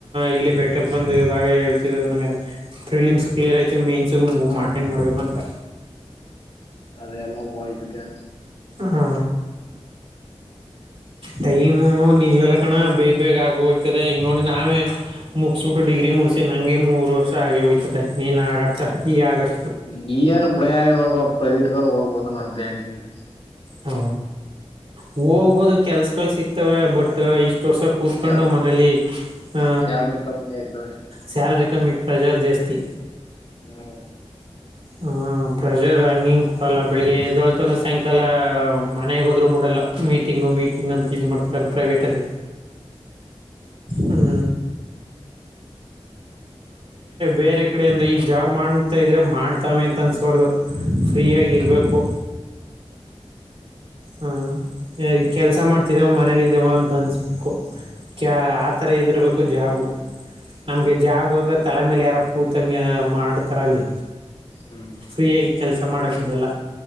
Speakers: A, on the right (about 60°); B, on the left (about 60°).
A: ಇಲ್ಲಿ ಬೆಟ್ಟಕ್ ಬಂದ ಇವಾಗ ಹೇಳ್ತಿದ್ದನಂಗ್ ಅದೆ. ಫಿಲಿಮ್ಸ್ ಕ್ಲಿಯರ್ ಐತೆ ಮೇನ್ಸ್ ಮು ಅಟೆಂಡ್ ಮಾಡ್ಬೇಕು ಅಂತ.
B: ಅದ ಎಲ್ಲ ವತು ಕೆ
A: ಹಾ.. ಟೈಮು ನಿಲ್ಲಲ್ಲ ಕಣ ಬೇಗ ಬೇಗ ಆಗೋ ಈಗ ನೋಡಿ ನಾವೇ ಮುಗಸ್ಬಟ್ಟು ಡಿಗ್ರಿ ಮುಡಿಸಿ ನಂಗೆ ಮೂರು ವರ್ಷ ಆಗಿ ಹಯತದೆ ನೀನ್ ಆಡಾಡ್ತ ಈ ಆಗಸ್
B: ನೀನ ಮುಡಿಯ ಇವಾಗ ಪ್ರೈವೇಟ್ಗಾರ ಹೋಗ್ಬೋದ ನಾ ಬ್ಯಾಂಕಿಂಗ್
A: ಹ ಹೋಗ್ಬೋದು ಕೆಲ್ಸಗಳುಗಳು ಸಿಗ್ತವೆ ಬಟ್ ಇ ವರ್ಷ ಕೂತ್ಕೊಂಡು
B: ಸ್ಯಾಲ್ರಿ
A: ಮನಲಿ ಆ
B: ಸ್ಯಾಲ್ರಿ ಕಮ್ಮಿ ಆಯ್ತು ಅಷ್ಟೇ
A: ಸ್ಯಲ್ರಿ ಕಮ್ಮಿ ಪ್ರೆಜರ್ ದೇಸ್ತಿ
B: ಹ್ಮ
A: ಹ ಪ್ರೆಷರ್ ಹಂಗಿಂಗ ಕೊಡಲ್ಲ ಬೆಳಿಗ್ಗೆ ಎದಳ್ ಮತ್ತೊಂದು ಸಾಯಂಕಾಲ ಮನೆಗೆ ಹೋದರೂ ಬಿಡಲ್ಲ ಮೀಟಿಂಗು ಮೀಟಿಂಗ್ ಅಂತ ಇದು ಮಾಡ್ಡ್ತಾರೆ ಪ್ರೈವೇಟಲ್ಲಿ ಹಾ ಬೇರೆ ಕಡೆ ಅಂದ್ರೆ ಈಗ ಜಾಬ್ ಮಾಡ್ತಾ ಇದ್ರೆ ಮಾಡ್ತಾವೆ ಅಂತ ಅನ್ಸ್ಬಾರ್ದು ಫ್ರೀಯಾಗಿರಬೇಕು ಹಾಂ ಕೆಲಸ ಮಾಡ್ತಿದ್ದೇವ ಮನೇಲಿದ್ದೇವ ಅಂತ ಅನ್ನಿಸ್ಬೇಕು ಕ್ಯಾ ಆ ಥರ ಇದ್ದಿರಬೇಕು ಜಾಬು ನಮಗೆ ಜಾಬು ಅಂದರೆ ತಲೆಮೇಲೆ ರ ಕೂತಂಗೆ ಮಾಡ್ತಾರೆ ಅಲ್ಲಿ
B: ಹ್ಮ್
A: ಫ್ರೀಯಾಗಿ ಕೆಲಸ ಮಾಡಕ್ಕೆ ಬಿಡಲ್ಲ